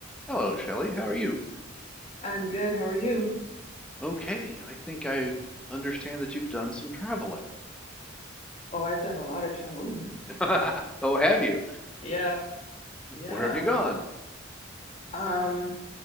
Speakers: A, in the centre; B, on the left.
A: Hello, Shelley. How are you?
B: I'm good. How are you?
A: Okay, I think I understand that you've done some traveling.
B: Oh, I've done a lot of traveling. <laughs>
A: <laughs> Oh, have you?
B: Yeah, yeah.
A: Where have you gone?
B: Um,